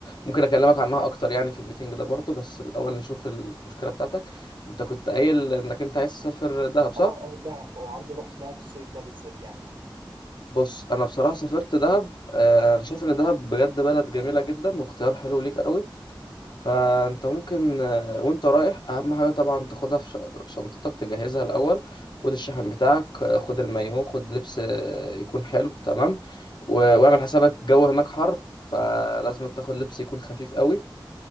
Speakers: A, on the left; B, on the right.
A: ممكن اكلمك عنها اكتر يعني في الميتنج ده برضه بس الاول نشوف المشكله بتاعتك انت كنت قايل انك انت عايز تسافر دهب صح
B: اه اه دهب اه عاوز اروح دهب الصيف ده بالذات يعني
A: بص انا بصراحه سافرت دهب آه، انا شايف ان دهب بجد بلد جميله جدا واختيار حلو ليك قوي فانت ممكن آه، وانت رايح اهم حاجه طبعا تاخدها في ش- شنطتك تجهزها الاول خد الشحن بتاعك آه، خد المايو خد لبس آه، يكون حلو تمام و- واعمل حسابك الجو هناك حر فلازم تاخد لبس يكون خفيف قوي